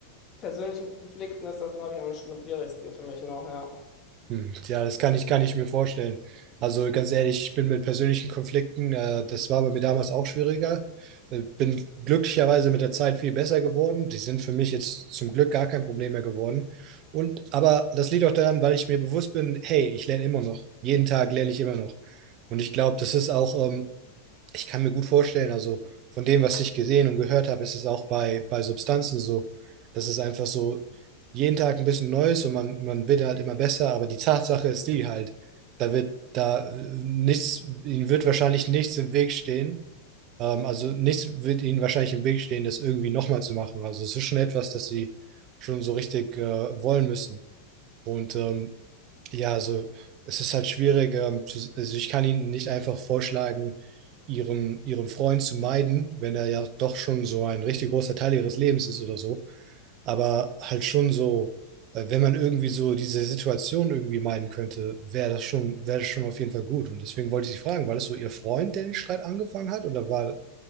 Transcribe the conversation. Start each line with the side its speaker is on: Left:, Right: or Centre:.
Left: persönlichen Konflikten ist das, glaube ich, am schwierigsten für mich noch, ja.
Right: Hm, Ja, das kann ich, kann ich mir vorstellen. Also ganz ehrlich, ich bin mit persönlichen Konflikten, äh, das war bei mir damals auch schwieriger. Äh, bin glücklicherweise mit der Zeit viel besser geworden. Die sind für mich jetzt zum Glück gar kein Problem mehr geworden. Und aber das liegt auch daran, weil ich mir bewusst bin, hey, ich lerne immer noch. Jeden Tag lerne ich immer noch. Und ich glaube, das ist auch ähm, ich kann mir gut vorstellen, also von dem, was ich gesehen und gehört habe, ist es auch bei, bei Substanzen so, dass es einfach so jeden Tag ein bisschen Neues und man, man wird halt immer besser, aber die Tatsache ist die halt, da wird da äh, nichts, ihnen wird wahrscheinlich nichts im Weg stehen. Ähm, also nichts wird ihnen wahrscheinlich im Weg stehen, das irgendwie nochmal zu machen. Also es ist schon etwas, das sie schon so richtig äh, wollen müssen. Und ähm, ja, also es ist halt schwierig. Ähm, zu, also ich kann Ihnen nicht einfach vorschlagen, ihren, ihren Freund zu meiden, wenn er ja doch schon so ein richtig großer Teil ihres Lebens ist oder so. Aber halt schon so, äh, wenn man irgendwie so diese Situation irgendwie meiden könnte, wäre das schon, wäre das schon auf jeden Fall gut. Und deswegen wollte ich Sie fragen, war das so Ihr Freund, der den Streit angefangen hat, oder war,